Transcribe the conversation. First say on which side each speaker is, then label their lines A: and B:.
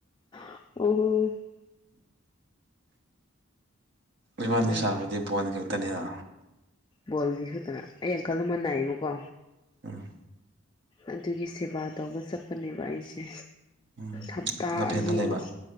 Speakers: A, on the left; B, on the right.
A: <unintelligible>
B: ꯏꯕꯥꯅꯤ
A: ꯅꯪ
B: ꯁꯥꯕꯗꯤ ꯕꯣꯟ ꯈꯛꯇꯅꯤꯅ
A: ꯕꯣꯜꯒꯤ ꯈꯛꯇꯅ ꯑꯩ ꯑꯪꯈꯜ ꯑꯃ ꯅꯥꯏꯌꯦꯕꯀꯣ
B: ꯎꯝ
A: ꯑꯗꯨꯒꯤ ꯁꯦꯕꯥ ꯇꯧꯕ ꯆꯠꯄꯅꯦꯕ ꯑꯩꯁꯦ
B: ꯎꯝ
A: ꯍꯞꯇꯥ
B: ꯂꯝꯐꯦꯟꯗ
A: ꯑꯅꯤꯃꯨꯛ
B: ꯂꯩꯕ